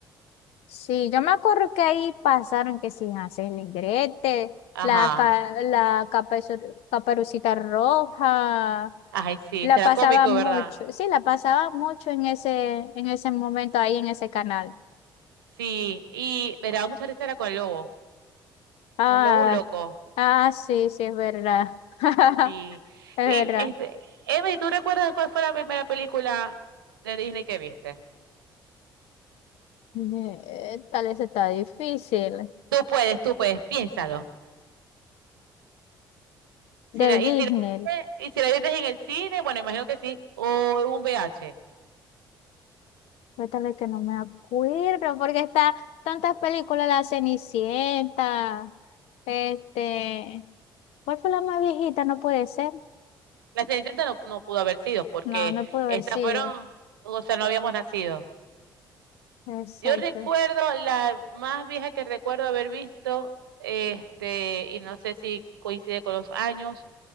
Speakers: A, on the left (about 60°); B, on the right (about 80°).
A: Sí, yo me acuerdo que ahí pasaron que sin hacer Negrete,
B: Ajá.
A: la, ca- la caperu- caperucita roja,
B: Ay, sí,
A: la
B: será
A: pasaba
B: cómico,
A: mucho,
B: ¿verdad?
A: sí, la pasaba mucho en ese, en ese momento ahí en ese canal.
B: Sí, y me daba mucha risa era con el lobo.
A: Ah,
B: Un lobo, un loco.
A: ah, sí, sí, es verdad. <laughs>
B: Sí.
A: Es
B: Y
A: verdad.
B: este, Emily, ¿tú recuerdas cuál fue la primera película de Disney que viste?
A: Eh, Tal vez está difícil.
B: Tú puedes, tú puedes, piénsalo.
A: De
B: Si la,
A: Disney.
B: y si la, y si la viste en el cine, bueno, imagino que sí, o en un VH.
A: Cuéntale que no me acuerdo, porque está tantas películas, La Cenicienta, este, ¿cuál fue la más viejita? No puede ser.
B: La Cenicienta no, no pudo haber sido porque
A: No, no puede haber
B: esas
A: sido.
B: fueron, o sea, no habíamos nacido.
A: Exacto.
B: Yo recuerdo, la más vieja que recuerdo haber visto, este, y no sé si coincide con los años,